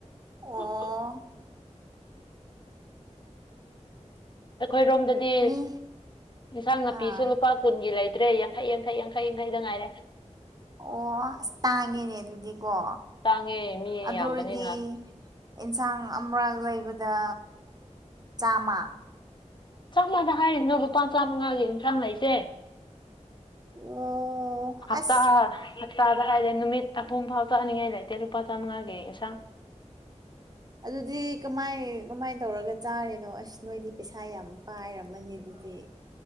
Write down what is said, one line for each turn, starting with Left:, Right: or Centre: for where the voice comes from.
Right: ꯑꯣ
Left: ꯎ ꯑꯩꯈꯣꯏꯔꯣꯝꯗꯗꯤ
Right: ꯃꯤ
Left: ꯏꯟꯁꯥꯡ ꯅꯥꯄꯤꯁꯨ
Right: ꯑꯥ
Left: ꯂꯨꯄꯥ ꯀꯨꯟꯒꯤ ꯂꯩꯇ꯭ꯔꯦ ꯌꯥꯈꯩ ꯌꯥꯡꯈꯩ ꯌꯥꯡꯩ ꯌꯥꯡꯈꯩꯗ ꯉꯥꯏꯔꯦ
Right: ꯑꯣ ꯑꯁ ꯇꯥꯡꯉꯦꯅꯦ ꯑꯗꯨꯗꯤꯀꯣ
Left: ꯇꯥꯡꯉꯦ ꯃꯤ
Right: ꯑꯗꯨ
Left: ꯌꯥꯝꯕꯅꯤꯅ
Right: ꯑꯣꯏꯔꯗꯤ ꯌꯦꯟꯁꯥꯡ ꯑꯃꯔꯛ ꯂꯩꯕꯗ ꯆꯥꯃ
Left: ꯆꯞꯃꯥꯟꯥꯗ ꯍꯥꯏꯔꯤꯅꯣ ꯂꯨꯄꯥ ꯆꯥꯝꯃꯉꯥꯒꯤ ꯏꯟꯁꯥꯡ ꯂꯩꯏꯁꯦ
Right: ꯑꯣ
Left: ꯍꯠꯇ
Right: ꯑꯁ
Left: ꯍꯞꯇꯥꯗ ꯍꯥꯏꯔꯦ ꯅꯨꯃꯤꯠ ꯑꯍꯨꯝ ꯐꯥꯎ ꯆꯥꯅꯤꯡꯉꯥꯏ ꯂꯩꯇꯦ ꯂꯨꯄꯥ ꯆꯥꯃꯉꯥꯒꯤ ꯏꯟꯁꯥꯡ
Right: ꯑꯗꯨꯗꯤ ꯀꯃꯥꯏ ꯀꯃꯥꯏꯅ ꯇꯧꯔꯒ ꯆꯥꯔꯤꯅꯣ ꯑꯁ ꯅꯣꯏꯗꯤ ꯄꯩꯁꯥ ꯌꯥꯝ ꯄꯥꯏꯔꯝꯃꯅꯤ ꯑꯗꯨꯗꯤ